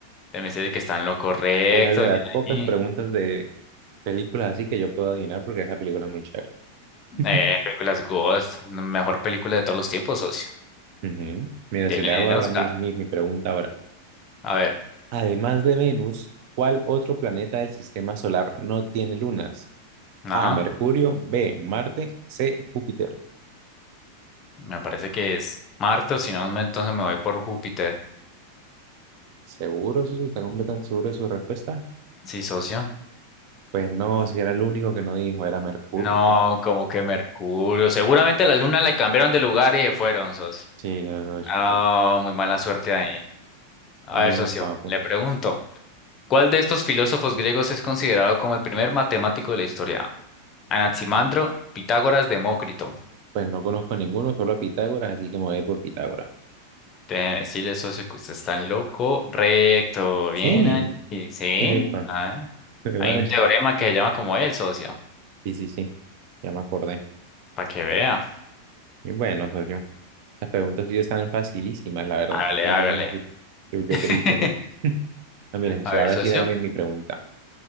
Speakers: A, on the left (about 30°); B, on the right (about 45°).
A: Te me que está en lo correcto.
B: Esa es de las
A: Bien
B: pocas preguntas
A: ahí.
B: de películas así que yo puedo adivinar porque esa película es muy chévere. <laughs>
A: Eh, películas Ghost, mejor película de todos los tiempos, socio.
B: Ujú. Mira,
A: Tiene
B: si le hago
A: el
B: ahora
A: Oscar.
B: la, mi, mi- mi pregunta ahora.
A: A ver,
B: Además de Venus, ¿cuál otro planeta del sistema solar no tiene lunas?
A: ajá.
B: A, Mercurio, B, Marte, C, Júpiter.
A: Me parece que es Marte, o si no, me- entonces me voy por Júpiter.
B: ¿Seguro? Eso sí, está completamente seguro de su respuesta.
A: Sí, socio.
B: Pues no, si era el único que no dijo, era Mercurio.
A: No, como que Mercurio. Seguramente la luna le cambiaron de lugar y se fueron, socio.
B: Sí, no, no.
A: Ah,
B: <laughs>
A: muy mala suerte ahí. A
B: No,
A: ver, socio,
B: papu.
A: le pregunto, ¿cuál de estos filósofos griegos es considerado como el primer matemático de la historia? Anaximandro, Pitágoras, Demócrito.
B: Pues no conozco a ninguno, solo a Pitágoras, así que me voy a ir por Pitágoras.
A: Déjeme decirle, socio, que usted está loco. Recto, bien
B: Sí,
A: ahí. Sí,
B: epa,
A: ah,
B: <laughs> qué madre.
A: hay un teorema que se llama como él, socio,
B: Sí, sí, sí, ya me acordé.
A: para que vea.
B: Y bueno, socio, las preguntas sí están facilísimas, la verdad.
A: Hágale,
B: Yo,
A: hágale.
B: yo, yo, yo
A: <laughs>
B: creí que no. Ah, mira,
A: A
B: si
A: ver,
B: ahora
A: socio,
B: sí le hago mi, mi pregunta.